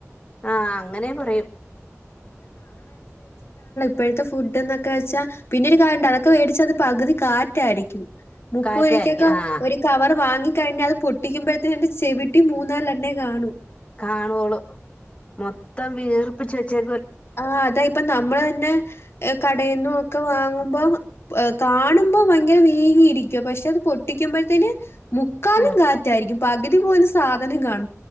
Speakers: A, on the left (about 25°); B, on the left (about 55°).
A: -ആഹ് അങ്ങനേം പറയും
B: ഇപ്പഴത്തെ ഫുഡ് എന്നൊക്കെ വെച്ചാ പിന്നൊരു കാര്യുണ്ട് അതൊക്കെ വേടിച്ച അത് പകുതി കാറ്റായിരിക്കും മുപ്പരൂപക്കൊക്കെ
A: കാറ്റായിരിക്കും ആഹ്
B: ഒരു കവർ വാങ്ങി കഴിഞ്ഞ അത് പൊട്ടിക്കുമ്പോഴത്തേന് അതിന്റെ ചെവിട്ടി മൂന്നാലെണ്ണേ കാണൂ
A: കാണുവോളൂ മൊത്തം വീർപ്പിച്ച് വെച്ചേ
B: ആ അതായി ഇപ്പ നമ്മൾ തന്നെ ഏ കടേന്നും ഒക്കെ വാങ്ങുമ്പം കാണുമ്പോ ഭയങ്കര വീ ങ്ങി ഇരിക്കുവാ പക്ഷെ അത് പൊട്ടിക്കുമ്പോഴത്തേന് മുക്കാലും
A: ആഹ്
B: കാറ്റായിരിക്കും പകുതി പോലും സാധനം കാണ